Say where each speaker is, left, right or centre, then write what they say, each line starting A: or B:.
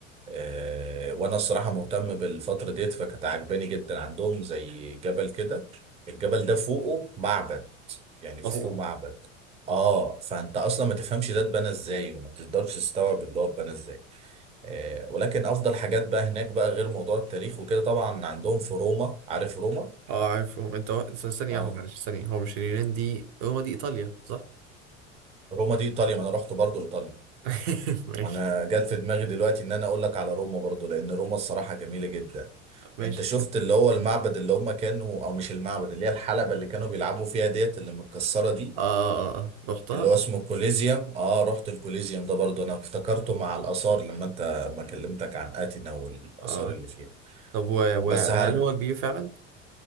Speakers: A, on the right; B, on the right.
A: آه وأنا الصراحة مهتم بالفترة ديت فكانت عاجباني جدا عندهم زي جبل كده الجبل ده فوقه معبد يعني فوقه
B: اصلا
A: معبد آه فأنت أصلا ما تفهمش ده اتبنى إزاي وما تقدرش تستوعب اللي هو اتبنى إزاي آه ولكن أفضل حاجات بقى هناك بقى غير موضوع التاريخ وكده طبعا عندهم في روما عارف روما؟
B: اه عارفهم انت و... ثانية
A: آه
B: واحدة معلش ثانية هو مش اليونان دي روما دي ايطاليا صح؟
A: روما دي إيطاليا ما أنا رحت برضو إيطاليا
B: <laughs> ماشي
A: ما انا جات في دماغي دلوقتي ان انا اقول لك على روما برضو لان روما الصراحه جميله جدا
B: ماشي
A: انت شفت
B: كده
A: اللي هو المعبد اللي هم كانوا او مش المعبد اللي هي الحلبه اللي كانوا بيلعبوا فيها ديت اللي متكسره دي
B: اه اه اه رحتها؟
A: اللي هو اسمه الكوليزيوم اه رحت الكوليزيوم ده برضو انا افتكرته مع الاثار لما انت ما كلمتك عن اتينا والاثار
B: اه
A: اللي فيها
B: طب و... وهل
A: بس هرج
B: هو كبير فعلا؟